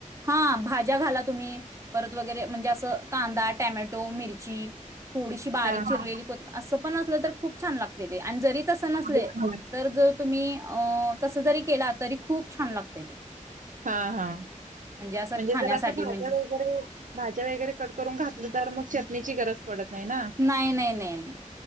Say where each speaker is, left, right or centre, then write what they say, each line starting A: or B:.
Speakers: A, on the right (about 20°); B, on the right (about 75°).
A: हा भाज्या घाला तुम्ही परत वगैरे म्हणजे असं कांदा, टॅमॅटो, मिरची- थोडीशी बारीक
B: हां,
A: चिरलेली
B: हां.
A: कोथं- पण असलं तर खूप छान लागते ते जरी- तस नसते
B: होय, होय.
A: तर जर तुम्ही तसं जरी- केला तरी खूप छान लागते ते.
B: हां, हां. म्हणजे
A: असं खाण्यासाठी
B: जर असं भाज्या
A: म्हणजे
B: वगैरे भाज्या वगैरे कट करून घातलं तर मग चटनीची गरज- पडत नाही ना
A: नाही नाही नाही नाही